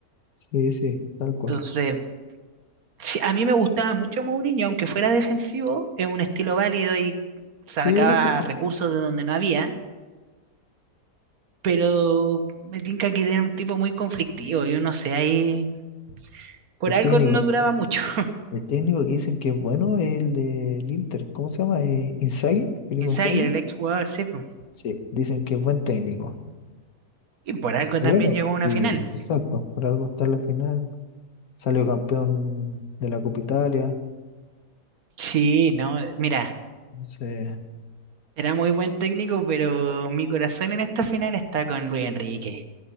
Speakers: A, on the left; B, on the right.
A: sí, sí, tal cual.
B: Entonces, sí, a mí me gustaba mucho Mourinho, aunque fuera defensivo, es un estilo válido y sacaba
A: Sí, lógico.
B: recursos de donde no había, pero me tinca que era un tipo muy conflictivo, yo no sé, ahí por
A: El
B: algo
A: técnico,
B: no duraba mucho. <laughs>
A: el técnico que dicen que es bueno es el del Inter, ¿cómo se llama? Eh, Inzaghi, Filippo
B: Insider,
A: Inzaghi.
B: el ex jugador, sí. po.
A: Sí, dicen que es buen técnico.
B: Y por algo
A: Bueno,
B: también llegó a una
A: y
B: final.
A: exacto, por algo está en la final. Salió campeón de la Copa Italia.
B: Sí, no, mira,
A: Entonces,
B: era muy buen técnico, pero mi corazón en esta final está con Luis Enrique.